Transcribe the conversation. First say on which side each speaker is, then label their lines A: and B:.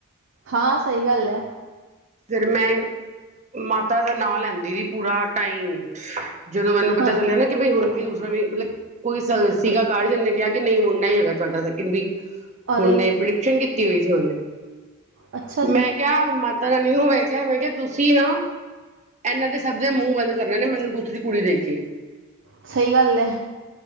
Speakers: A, on the right (about 60°); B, on the right (about 35°).
A: ਹਾਂ ਸਹੀ ਗੱਲ ਹੈ
B: ਫਿਰ ਮੈਂ ਮਾਤਾ ਦਾ ਨਾਂ ਲੈਂਦੀ ਰ ਪੂਰਾ ਟਾਈਮ ਜਦੋਂ ਮੈਨੂੰ ਪਤਾ
A: ਹਾਂ
B: ਚੱਲਿਆ ਨਾ ਕਿ ਬਈ ਹੁਣ ਵੀ ਵੀ ਮਤਲਬ ਕੋਈ ਸੀਗਾ ਕਾਰਡ ਉਹਨੇ ਕਿਹਾ ਕਿ ਨਹੀਂ ਮੁੰਡਾ ਹੀ ਹੈਗਾ ਤੁਹਾਡਾ ਸਕਿੰਡ ਵੀ
A: ਅਰੇ
B: ਹੁਣ ਨਹੀਂ ਪ੍ਰਡਿਕਸ਼ਨ ਕਿ ਕੀਤਾ ਟੀ ਹੋਈ ਸੀ ਉਹਨੇ
A: ਅੱਛਾ ਜੀ
B: ਮੈਂ ਕਿਹਾ ਮ ਤਾਂ ਰਾਨ ਨੂੰ ਮੈਂ ਕਿਹਾ ਮੈਂ ਕਿਹਾ ਤੁਸੀਂ ਨਾ ਇਹਨਾਂ ਦੇ ਸਭ ਦੇ ਮੂੰਹ ਬੰਦ ਕਰੇ ਨੇ ਮੈਨੂੰ ਦੂਥ ਦੀ ਕੁੜੀ ਦੇ ਕੇ
A: ਸਹੀ ਗੱਲ ਹੈ